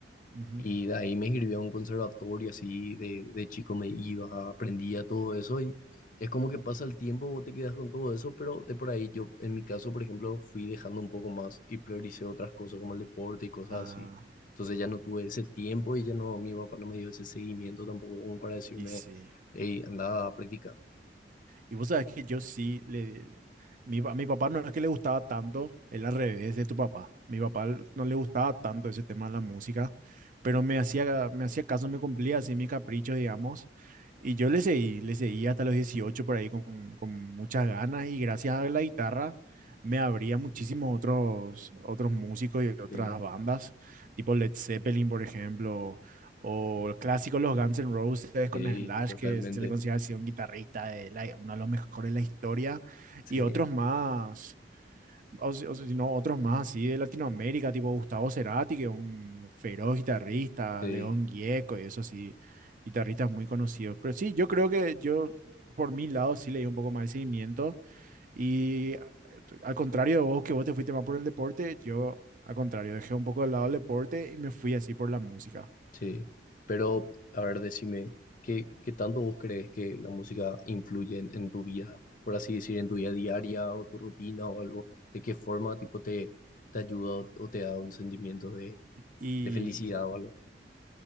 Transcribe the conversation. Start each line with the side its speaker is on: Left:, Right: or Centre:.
Right: Ujú.
Left: Y de ahí me escribí a un conservatorio, así de, de chico me iba, aprendía todo eso y es como que pasa el tiempo, vos te quedas con todo eso, pero de por ahí yo, en mi caso, por ejemplo, fui dejando un poco más y prioricé otras cosas como el deporte y cosas
Right: Ah,
Left: así. Entonces ya no tuve ese tiempo y ya no, mi papá no me dio ese seguimiento tampoco como para decirme,
Right: y sí.
Left: hey, anda a practicar.
Right: Y vos sabés que yo sí le... Mi, pa- mi papá no es que le gustaba tanto, él al revés de tu papá. Mi papá l- no le gustaba tanto ese tema de la música, pero me hacía, me hacía caso, me cumplía así mi capricho, digamos. Y yo le seguí, le seguí hasta los 18 por ahí con, con muchas ganas y gracias a la guitarra me abría muchísimos otros, otros músicos y otras
Left: Sí.
Right: bandas, tipo Led Zeppelin, por ejemplo, o el clásico Los Guns N' Roses con
Left: Sí,
Right: Slash,
Left: totalmente.
Right: que se le considera así un guitarrista, de la- uno de los mejores de la historia.
Left: Sí,
Right: Y otros más, o, si o si no, otros más así de Latinoamérica, tipo Gustavo Cerati, que es un feroz guitarrista,
Left: sí.
Right: León Gieco y eso sí, guitarristas muy conocidos. Pero sí, yo creo que yo, por mi lado, sí leí un poco más de seguimiento. Y eh, al contrario de vos, que vos te fuiste más por el deporte, yo, al contrario, dejé un poco de lado el deporte y me fui así por la música.
Left: Sí, pero a ver, decime, ¿qué, qué tanto vos crees que la música influye en, en tu vida, por así decir, en tu vida diaria o tu rutina o algo? ¿De qué forma tipo te, te ayuda o, o te da un sentimiento de,
Right: Y
Left: de felicidad o algo?